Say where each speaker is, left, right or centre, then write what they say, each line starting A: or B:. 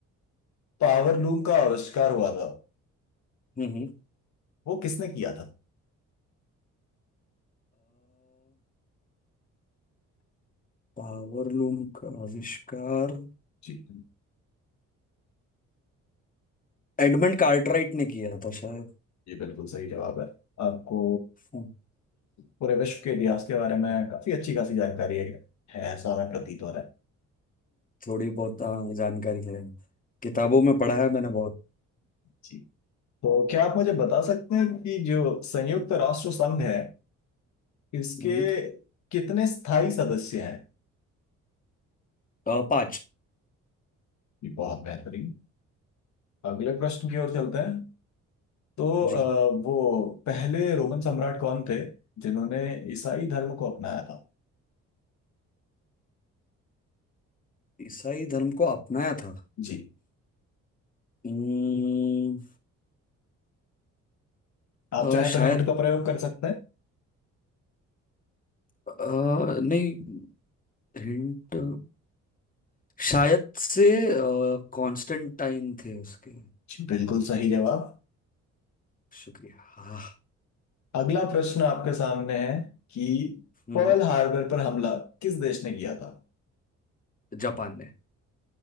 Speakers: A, on the left (about 65°); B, on the left (about 25°).
A: पावर लूम का आविष्कार हुआ था
B: हम्म
A: वो किसने किया था
B: पावर लूम का आविष्कार
A: जी
B: एडमंड कार्टराइट ने किया था शायद
A: ये बिल्कुल सही जवाब है आपको
B: हम्म,
A: पूरे विश्व के इतिहास के बारे में काफी अच्छी खासी जानकारी है है ऐसा हमें प्रतीत हो रहा है
B: थोड़ी बहुत हाँ, जानकारी है किताबों में पढ़ा है मैंने बहुत
A: जी तो क्या आप मुझे बता सकते हैं कि जो संयुक्त राष्ट्र संघ है इसके
B: हम्म,
A: कितने स्थायी सदस्य हैं
B: अ, पाँच
A: ये बहुत बेहतरीन अगले प्रश्न की ओर चलते हैं तो अ,
B: जी
A: वो पहले रोमन सम्राट कौन थे जिन्होंने ईसाई धर्म को अपनाया था
B: ईसाई धर्म को अपनाया था
A: जी
B: हम्म,
A: आप
B: अ,
A: चाहे
B: शायद
A: तो हिंट का प्रयोग कर सकते हैं
B: अ, नहीं हिंट शायद से कॉन्स्टेंटाइन थे उसके
A: जी, बिल्कुल सही जवाब
B: शुक्रिया हाँ
A: अगला प्रश्न आपके सामने है कि
B: हम्म
A: पर्ल हार्बर पर हमला किस देश ने किया था
B: जापान ने